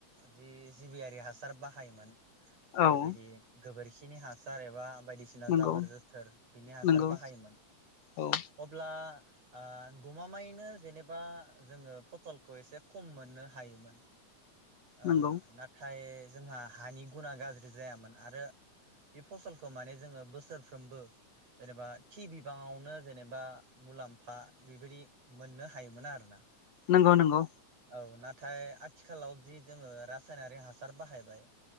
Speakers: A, on the right; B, on the left.
A: जि जिबियारि हासार बाहायोमोन जेरैबायदि
B: औ
A: गोबोरखि बिदिनि हासार एबा बायदिसिना
B: नंगौ
A: जाबोर जोथोर बिनि हासार
B: नंगौ
A: बाहायोमोन
B: औ
A: अब्ला आ गमामायैनो जेनेबा जोङो फटलखौ एसे खम मोननो हायोमोन। ओ
B: नंगौ
A: नाथाय जोंहा हानि गुना गाज्रि जायामोन आरो बे फसलखौ माने जोङो बोसोरफ्रोमबो जेनेबा थि बिबाङावनो जेनेबा मुलाम्फा बेबायदि मोननो हायोमोन आरोना
B: नंगौ नंगौ
A: औ नाथाय आथिखालाव जि जोङो रासायनारि हासार बाहायबाय